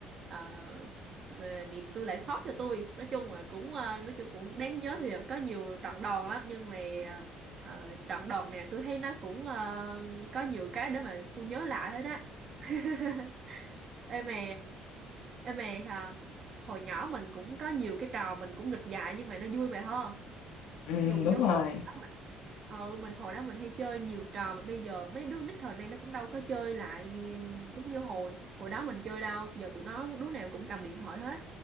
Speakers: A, on the right; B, on the left.
A: ờ, mà mẹ tôi lại xót cho tôi nói chung là cũng ờ, nói chung cũng đáng nhớ thì có nhiều trận đòn lắm nhưng mà ờ, trận đòn này tôi thấy nó cũng ờ, có nhiều cái để mà tôi nhớ lại hết á <laughs> ê mè ê mè hả hồi nhỏ mình cũng có nhiều cái trò mình cũng nghịch dại nhưng mà nó vui mày hơn
B: ừ
A: ví dụ như
B: đúng
A: hồi
B: rồi
A: đó mình ừ mình hồi đó mình hay chơi nhiều trò mà bây giờ mấy đứa nít thời nay nó cũng đâu có chơi lại giống như hồi hồi đó mình chơi đâu giờ tụi nó đứa nào cũng cầm điện thoại hết